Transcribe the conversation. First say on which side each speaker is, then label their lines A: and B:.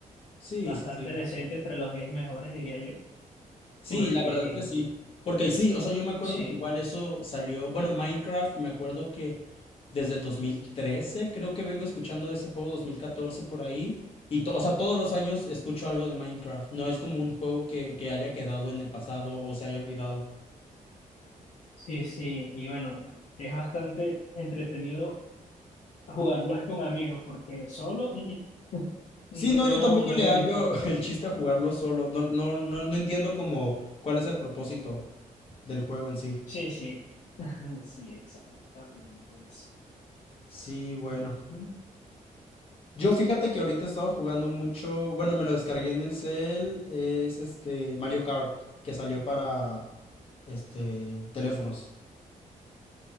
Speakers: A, on the left (about 40°); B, on the left (about 60°).
A: Sí,
B: bastante
A: sí, sí.
B: decente entre los 10 mejores, diría yo,
A: Sí,
B: porque
A: la verdad que sí. Porque sí, o sea, yo me acuerdo
B: sí,
A: que igual eso salió, bueno, Minecraft, me acuerdo que desde el 2013, creo que vengo escuchando de ese juego 2014 por ahí. Y, to- o sea, todos los años escucho algo de Minecraft. No es como un juego que, que haya quedado en el pasado o se haya olvidado.
B: sí, sí. Y bueno, es bastante entretenido Jugarlo es con amigos, porque solo mm, mm,
A: Sí, no,
B: <laughs> no,
A: yo tampoco
B: no
A: le
B: me
A: hallo
B: gusta.
A: <laughs> el chiste a jugarlo solo. No, no, no, no entiendo como cuál es el propósito del juego en sí.
B: Sí, sí. <laughs> Sí, exactamente eso.
A: Sí, bueno.
B: Ujú.
A: Yo fíjate que ahorita he estado jugando mucho, bueno, me lo descargué en el cel, es este Mario Kart, que salió para este teléfonos.